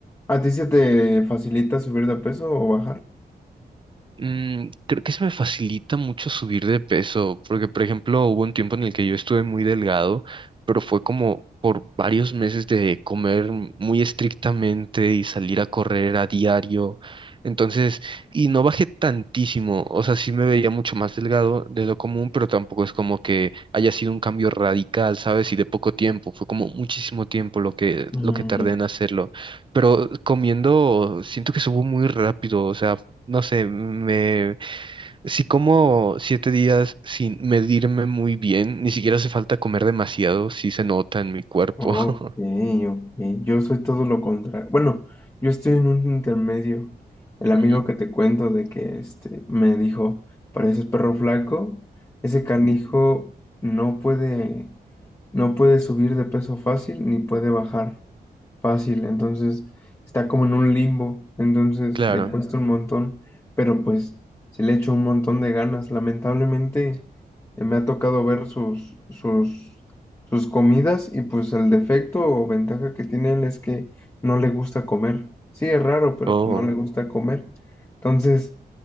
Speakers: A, on the left; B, on the right.
A: ¿A ti se te facilita subir de peso o bajar?
B: Mm, creo que se me facilita mucho subir de peso, porque por ejemplo hubo un tiempo en el que yo estuve muy delgado, pero fue como por varios meses de comer muy estrictamente y salir a correr a diario. Entonces, y no bajé tantísimo, o sea, sí me veía mucho más delgado de lo común, pero tampoco es como que haya sido un cambio radical, ¿sabes? Y de poco tiempo, fue como muchísimo tiempo lo que,
A: Mm,
B: lo que tardé
A: ya,
B: en hacerlo. Pero comiendo, siento que subo muy rápido, o sea, no sé, me, si como siete días sin medirme muy bien, ni siquiera hace falta comer demasiado, sí se nota en mi cuerpo.
A: Ok,
B: <laughs>
A: ok. Yo soy todo lo contrario. Bueno, yo estoy en un intermedio. El amigo
B: Ujú,
A: que te cuento de que este me dijo, pareces perro flaco, ese canijo no puede, no puede subir de peso fácil ni puede bajar fácil, entonces está como en un limbo, entonces
B: Claro.
A: le cuesta un montón, pero pues sí le echo un montón de ganas. Lamentablemente eh, me ha tocado ver sus, sus, sus comidas y pues el defecto o ventaja que tiene él es que no le gusta comer. Sí, es raro, pero
B: Oh.
A: pues no le gusta comer. Entonces